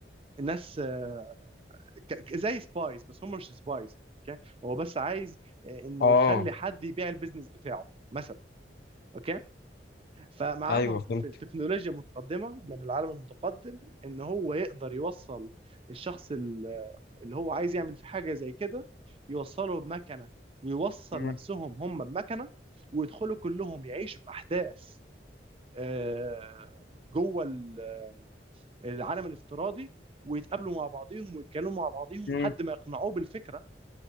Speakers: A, on the right; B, on the left.
A: الناس آه، ك- ك- زي سبايز بس هم مش سبايز يعني. اوكي هو بس عايز آه، انه
B: اه
A: يخلي حد يبيع البيزنس بتاعه مثلا اوكي فمعاهم
B: ايوه فهمت
A: في التكنولوجيا متقدمه من العالم المتقدم ان هو يقدر يوصل الشخص ال- اللي هو عايز يعمل فيه حاجه زي كده يوصله بمكنه ويوصل
B: امم
A: نفسهم هم بمكنه ويدخلوا كلهم يعيشوا في احداث آه، جوه ال- آه، العالم الافتراضي ويتقابلوا مع بعضيهم ويتكلموا مع بعضيهم
B: امم
A: لحد ما يقنعوه بالفكره